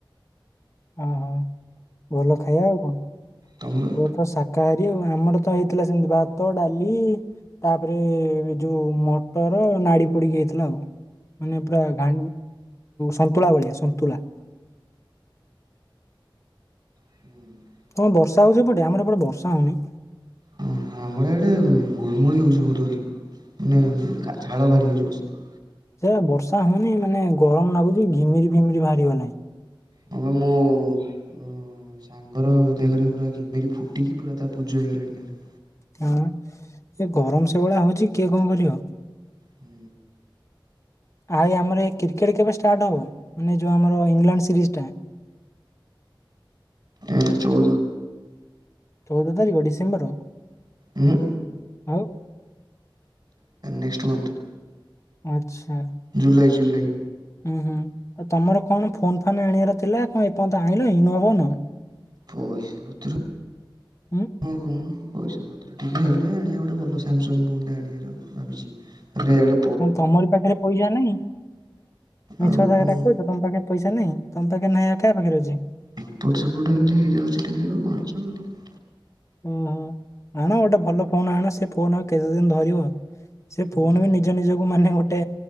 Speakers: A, on the left; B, on the right.
A: ଓହୋ ଭଲ ଖାଇବା ଆଉ କଁ
B: ତମର?
A: ପୁରା ତ ସା କାହାରି ଆଉ ଆମର ତ ହେଇଥିଲା ସେମିତି ଭାତ ଡାଲି। ତାପରେ ଏ ଯୋଉ ମଟର ନାଡି ପୋଡିିକି ହେଇଥିଲା ଆଉ। ମାନେ ପୁରା ଘା ସନ୍ତୁଳା ଭଳିଆ ସନ୍ତୁଳା।
B: ହୁଁ।
A: ତମର ବର୍ଷା ହଉଚି ସେଏଟେ ଆମର ଏପଟେ ବର୍ଷା ହଉନି।
B: ହୁଁ ହୁଁ ଆମର ଇଆଡେ ଗୁଳୁ ଗୁଳି ହଉଛି ବହୁତ ଅଧିକ ମାନେ ଝାଳ ବାହାରି ଯାଉଛି ବସିଲେ।
A: ସେୟ ବା ବର୍ଷା ହଉନି ମାନେ ଗରମ ଲାଗୁଛି ଘିମିରି ଫିମିରି ବାହାରି ଗଲାଣି।
B: ହଁ ବା ମୋ‌ ଉଁ। ଉଁ ସାଙ୍ଗର ଦେହରେ ପୁରା ଘିମିରି ଫୁଟିକି ପୁରା ତା ପୂଜ ହେଇଗଲାଣି ଦେହରେ।
A: ହଁ ଏ ଗରମ ସେଇଭଳିଆ ହଉଛି କିଏ କଁ କରିବ।
B: ହୁଁ।
A: ଆଉ ଆମର କ୍ରିକେଟ୍ କେବେ ଷ୍ଟାର୍ଟ ହବ ମାନେ ଯଉ ଆମର ଇଂଲଣ୍ଡ ସିରିଜ ଟା।
B: ଉଁ ଚଉଦ।
A: ଚଉଦ ତାରିଖ ଡିସେମ୍ବର।
B: ହୁଁ ଉଁ।
A: ଆଉ।
B: Next month.
A: ଆଛା।
B: ଜୁଲାଇ ଜୁଲେଇ।
A: ହୁଁ ହୁଁ ଆଉ ତମର କଣ ଫୋନ ଫାନ୍ ଆଣିଆର ଥିଲା। କଣ ଏପନ୍ତ ଆଣି ଲଣି ନୁଆ ଫୋନ୍?
B: ପଇସା ପତ୍ର
A: ହୁଁ
B: ହଁ କହୁନୁ ପଇସା ପତ୍ର ଟିକେ ହେଲେ ଆଣିଆ ଗୋଟେ ଭଲ ସାମସଙ୍ଗ ଫୋନ୍ ଟେ ଆଣିଆ ର ଭାବିଛି। ବେଡ଼
A: ହଁ ତମରି ପାଖରେ ପଇସା ନାଇଁ।
B: ଆଉ
A: ମିଛ କତାଅରା
B: କଣ
A: କହୁଚ ତମ୍ ପାଖେ ପଇସା ନାଇଁ ତମ୍ ପାକେ ନାଇଁ ଆଉ କା ପାଖରେ ଅଛି।
B: ଏପଟ ସେପଟ ଏମିତି ହେଇଯାଉଛି ଟିକେ ଆଉ ଖର୍ଚ୍ଚ ଆଉ।
A: ଓହୋ ଆଣ ଗୋଟେ ଭଲ ଫୋନ୍ ଆଣ ସେ ଫୋନ୍ ଆଉ କେତେଦିନ୍ ଧରିବ? ସେ
B: ହୁଁ
A: ଫୋନ୍
B: ହୁଁ
A: ବି ନିଜ ନିଜକୁ ମାନେ ଗୋଟେ